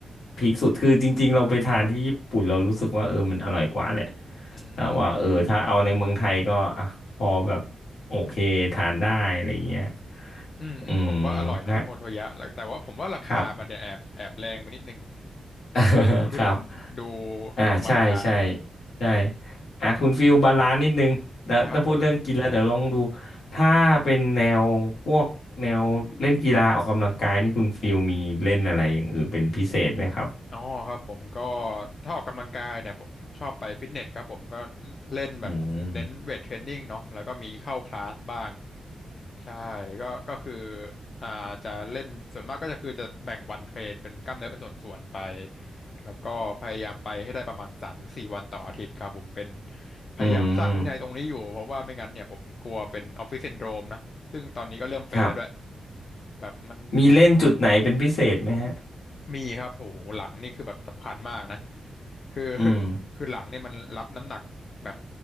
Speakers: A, on the left; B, on the left.
A: พีคสุดคือจริงๆเราไปทานที่ญี่ปุ่นเรารู้สึกว่าเออมันอร่อยกว่าแหละ
B: อืม
A: แต่ว่าเออถ้าเอาในเมืองไทยก็อ่ะพอแบบโอเคทานได้อะไรเงี้ย
B: อืมอืมผมว่าอร่อยนะโอโทยะแล้วแต่ว่าผมว่าราคามันเนี่ยแอบแอบแรงไปนิดนึง
A: อืมฮะครับ <laughs>
B: กับเมนูที่มันดู
A: ครับ อ่าใช่ใช่
B: ธรรมดา
A: ใช่อ่ะคุณฟิลบาลานซ์นิดนึงแล้วถ้าพูดเรื่องกินแล้วเดี๋ยวลองดู
B: ครับผม
A: ถ้าเป็นแนวพวกแนวเล่นกีฬาออกกำลังกายนี่คุณฟิลมีเล่นอะไรอย่างอื่นเป็นพิเศษไหมครับ
B: อ๋อครับผมก็ถ้าออกกำลังกายเนี่ยผมชอบไปฟิตเนสครับผมก็เล่นแบบเน้นเวทเทรนนิ่งเนาะแล้วก็มีเข้าคลาสบ้าง
A: อืม
B: ใช่ก็ก็คืออ่าจะเล่นส่วนมากก็จะคือจะแบ่งวันเทรนเป็นกล้ามเนื้อเป็นส่วนๆไปแล้วก็พยายามไปให้ได้ประมาณสามถึงสี่วันต่ออาทิตย์ครับผมเป็นพยายามสร้างวินัยตรงนี้อยู่เพราะว่าไม่งั้นเนี่ยผมกลัวเป็นออฟฟิศซินโดรมนะซึ่งตอนนี้ก็เริ่มเป็นแล้วด้วย
A: อืมครับ
B: แบบมัน
A: มีเล่นจุดไหนเป็นพิเศษไหมฮะ
B: มีครับโหหลังนี่คือแบบสำคัญมากนะคือ <laughs>
A: อืม
B: คือหลังเนี่ยมันรับน้ำหนักแบบ